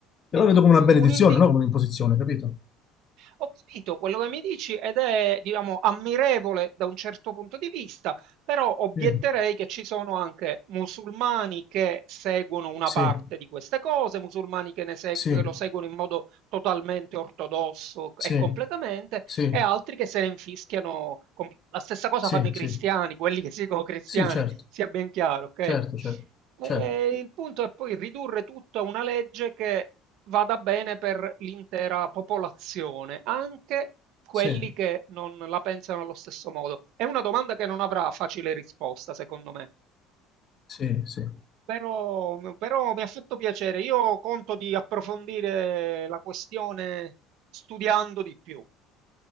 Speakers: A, on the left; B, on the right.
A: la vedo come una
B: un
A: benedizione,
B: un indi
A: no? Come un'imposizione, capito?
B: ho capito quello che mi dici ed è, diciamo, ammirevole da un certo punto di vista, però obietterei
A: Sì,
B: che ci sono anche musulmani che seguono una
A: sì,
B: parte di queste cose, musulmani che, ne segu-
A: sì,
B: che lo seguono in modo totalmente ortodosso
A: sì,
B: e completamente,
A: sì,
B: e altri che se ne infischiano. com- La stessa cosa
A: sì,
B: fanno i cristiani,
A: sì,
B: quelli che si dicono cristiani,
A: sì, certo,
B: sia ben chiaro, ok?
A: certo, certo, certo,
B: E il punto è poi ridurre tutto a una legge che vada bene per l'intera popolazione, anche quelli
A: sì,
B: che non la pensano allo stesso modo. È una domanda che non avrà facile risposta, secondo me.
A: sì, sì.
B: Però, però mi ha fatto piacere. Io conto di approfondire la questione studiando di più.